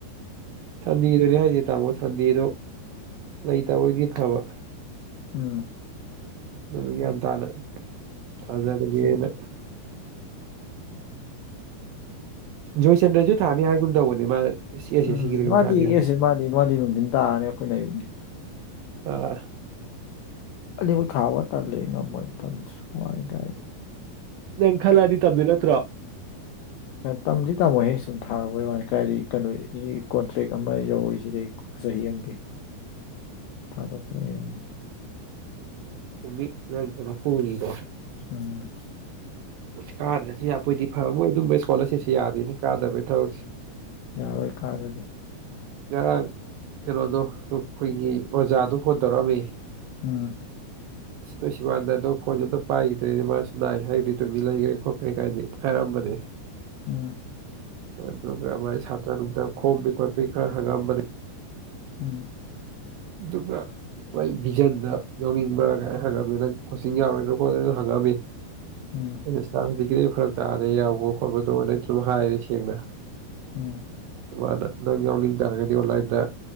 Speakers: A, on the right (about 75°); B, on the left (about 80°).
A: ꯁꯟꯗꯦꯗꯨꯅꯦ ꯍꯥꯏꯁꯦ ꯇꯥꯃꯣ ꯁꯟꯗꯦꯗꯣ ꯂꯩꯇꯕꯣꯏꯗꯤ ꯐꯕ꯫
B: ꯎꯝ꯫
A: ꯑꯗꯨꯅ ꯒ꯭ꯌꯥꯟ ꯇꯥꯅ ꯊꯥꯖꯔꯒꯦꯅ
B: ꯁꯟ-
A: ꯖꯣꯏꯆꯟꯗ꯭ꯔꯁꯨ ꯊꯥꯅꯤ ꯍꯥꯏꯒꯨꯝ ꯇꯧꯕꯅꯦ ꯃꯥ ꯁꯤ ꯑꯦꯁ
B: ꯎꯝ
A: ꯑꯦꯁ ꯁꯤꯒꯤꯗ ꯀꯩꯅꯣꯝ
B: ꯃꯥꯗꯤ
A: ꯊꯥꯅꯤ ꯍꯥꯏ
B: ꯑꯦꯁꯦ ꯃꯥꯗꯤ ꯃꯥꯗꯤ ꯅꯨꯡꯊꯤꯟ ꯇꯥꯔꯅꯤ ꯑꯩꯈꯣꯏꯅ ꯑꯌꯨꯛꯅꯤ
A: ꯑ
B: ꯑꯂꯤꯃꯛ ꯊꯥꯕ ꯇꯜꯂꯤ ꯉꯝꯃꯣꯏ ꯃꯇꯝ ꯋꯥꯏ ꯀꯥꯏꯗꯩꯩ
A: ꯅꯪ ꯈꯜꯂꯗꯤ ꯇꯝꯗꯣꯏ ꯅꯠꯇ꯭ꯔꯣ
B: ꯇꯝꯗꯤ ꯇꯝꯃꯣꯏꯍꯦ ꯁꯨꯝ ꯊꯥꯔꯨꯕꯩ ꯋꯥꯅꯤ ꯀꯥꯏꯗꯤ ꯀꯩꯅꯣ ꯀꯣꯟꯇ꯭ꯔꯦꯛ ꯑꯃ ꯌꯧꯔꯤꯁꯤꯗꯤ ꯆꯍꯤ ꯑꯃꯒꯤ
A: <inaudible>
B: ꯊꯥ <unintelligible>
A: <unintelligible> <unintelligible> <unintelligible> ꯍꯣꯉꯤ ꯗꯣ
B: ꯎꯃ
A: ꯑꯁ ꯀꯥꯗ꯭ꯔꯗꯤ ꯌꯥꯕꯣꯏꯗꯤ ꯐꯕ ꯃꯣꯏ ꯑꯗꯨꯝꯕ ꯏꯁꯀꯣꯂꯔꯁꯤꯞꯁꯤ ꯌꯥꯗꯣꯏꯅꯤ ꯀꯥꯗꯕꯒꯤ ꯊꯕꯛꯁꯦ
B: ꯌꯥꯔꯣꯏ ꯀꯥꯗꯗꯤ
A: ꯉꯔꯥꯡ ꯀꯩꯅꯣꯗꯣ ꯑꯩꯈꯣꯏꯒꯤ ꯑꯣꯖꯥꯗꯣ ꯐꯣꯟ ꯇꯧꯔꯛꯑꯃꯤ
B: ꯎꯝ
A: ꯅꯣꯏ ꯁꯤꯋꯥꯥꯟꯗꯗꯣ ꯐꯣꯟꯁꯨ ꯑꯝꯇ ꯄꯥꯏꯈꯤꯗ꯭ꯔꯦꯅꯦ ꯃꯥꯁꯨ ꯅꯥꯏ ꯍꯥꯏꯔꯤ ꯇꯨꯃꯤꯟ ꯂꯩꯒ꯭ꯔꯦ ꯈꯣꯠꯈ꯭ꯔꯦ ꯀꯥꯏꯅꯗꯤ ꯍꯥꯏꯔꯝꯕꯅꯦ
B: ꯎꯝ
A: ꯑꯗꯨꯒꯥ ꯃꯥꯏ ꯁꯇ꯭ꯔꯥ ꯅꯣꯡꯗꯥ ꯈꯣꯝꯕꯤ ꯈꯣꯠꯄꯤ ꯈꯥꯔ ꯍꯪꯉꯛꯑꯃꯕꯅꯦ
B: ꯎꯝ
A: ꯗꯨꯒꯥ ꯃꯣꯏ ꯚꯖꯟꯗ ꯌꯥꯎꯅꯤꯡꯕ꯭ꯔꯥ ꯀꯥꯏꯅ ꯍꯪꯉꯝꯃꯤ ꯅꯪ ꯀꯣꯆꯤꯡ ꯌꯥꯎꯔꯣꯏꯅ ꯈꯣꯠꯂꯗꯣ ꯍꯪꯉꯝꯃꯤ
B: ꯎꯝ
A: ꯑ ꯁꯥꯔ ꯍꯧꯖꯤꯛꯀꯤꯗꯤ ꯐꯔꯛ ꯇꯥꯔꯦ ꯌꯥꯎꯕ ꯈꯣꯠꯄꯗꯣꯅ ꯑꯗꯨꯝ ꯍꯥꯏꯔꯦ ꯁꯦꯡꯅ
B: ꯎꯝ
A: ꯃꯥꯅ ꯅꯪ ꯌꯥꯎꯅꯤꯡ ꯇꯥꯔꯒꯗꯤ ꯑꯣꯟꯂꯥꯏꯟꯗ